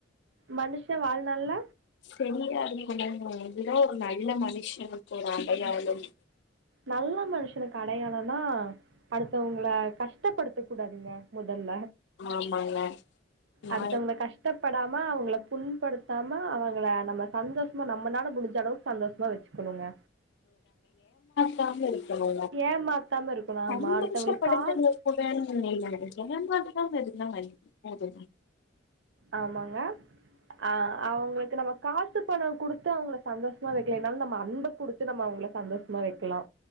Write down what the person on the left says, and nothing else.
செரியா இருக்கணு அதுதா ஒரு நல்ல மனுஷனுக்கு ஒரு அடையாளம்
ஆமாங்க நா
பெசாம இருக்கணு
சந்தோஷ
படுத்தலான
கூட நீங்க ஏமாத்தாம இருக் நாய் அதுதா